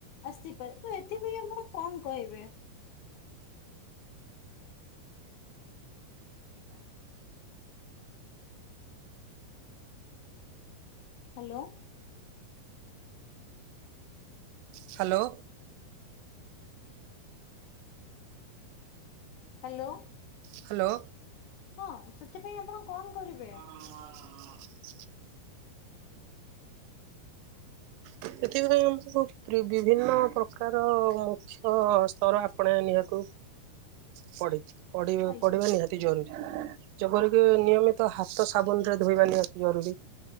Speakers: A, on the left; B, on the right.
A: ଆସିପାରେ ତ ଏଥିପାଇଁ ଆପଣ କଣ କହିବେ? ହ୍ୟାଲୋ।
B: ହ୍ୟାଲୋ।
A: ହ୍ୟାଲୋ।
B: ହ୍ୟାଲୋ।
A: ହଁ ସେଥିପାଇଁ ଆପଣ କଣ କରିବେ?
B: ହଁ ହଁ ହଁ। ସେଥିପାଇଁ ଆମ ସବୁ ବିଭିନ୍ନ ପ୍ରକାର ମୁଁ ହଁ ସ୍ତର ଆପଣା ନିଆଁକୁ ପଢ଼ି ପଢ଼ିବେ
A: ଆଜ୍ଞା।
B: ପଡିବ ନିହାତି। ନିହାତି ଜରୁରୀ ଯେପରିକି ନିୟମିତ ହାତ ସାବୁନ ରେ ଧୋଇବା ନିହାତି ଜରୁରୀ।